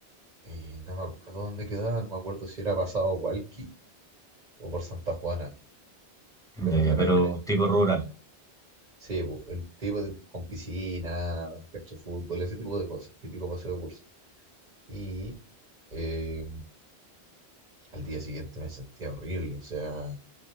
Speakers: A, on the right (about 40°); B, in the centre.
A: eh, no me acuerdo dónde quedaba, no me acuerdo si era pasado Hualqui o por Santa Juana. Pero
B: Ya,
A: el
B: ya,
A: tema
B: pero
A: es que me...
B: tipo rural.
A: Sí, po, el tipo de, con piscina, cancha de fútbol, ese tipo de cosas, típico paseo de curso. Y eh, al día siguiente me sentía horrible, o sea,